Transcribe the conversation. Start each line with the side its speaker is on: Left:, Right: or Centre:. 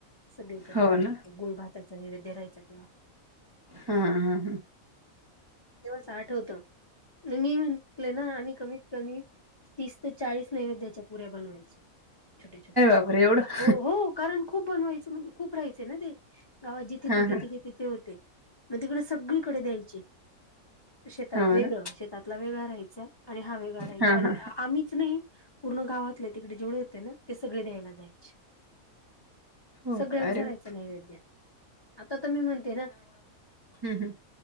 Left: सगळीकडे
Right: हा हो
Left: फिरायचं
Right: ना
Left: गुळ भातायचा नैवेद्य राहायचं तेव्हा.
Right: हा हा हा.
Left: तेवस आठ होत मी म्हटले ना आम्ही कमी. कमी तीस ते चाळीस नैवेद्याच्या पुऱ्या बनवायच छोट्या छोट्या.
Right: आपले एवढं.
Left: हो हो कारण खूप बनवायचं म्हणजे खूप राहायचं ना ते. गावा जिथे-
Right: हा
Left: तिथे-
Right: हा
Left: तिथे- तिथे होते. मग तिकडे सगळीकडे द्यायचे शेतात
Right: हा
Left: वेगळं
Right: ना
Left: शेतातला वेगळा राहायचा. आणि वेगळा रायचा
Right: हा
Left: आणि
Right: हा
Left: आम्हीच नाही. पूर्ण गावातले तिकडे जेवढे होते ना ते सगळे द्यायला जायचे.
Right: हो
Left: सगळ्यांच
Right: का अरे
Left: राहायचं
Right: वा
Left: नैवेद्य आता तर मी म्हणते ना.
Right: हम् हम.